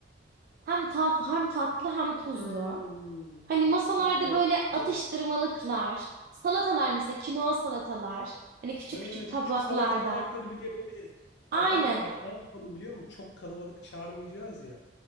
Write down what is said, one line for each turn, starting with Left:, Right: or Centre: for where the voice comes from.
Right: Hem tat hem tatlı hem tuzlu.
Left: Hmm,
Right: Hani masalarda
Left: çok mantıklı.
Right: böyle atıştırmalıklar, salatalar mesela kinoa salatalar. Hani küçük
Left: Ha,
Right: küçük tabaklarda.
Left: küçük salata tabakları bile yapabiliriz.
Right: Aynen.
Left: Ya zaten bak ne yapalım biliyor musun? Çok kalabalık çağırmayacağız ya.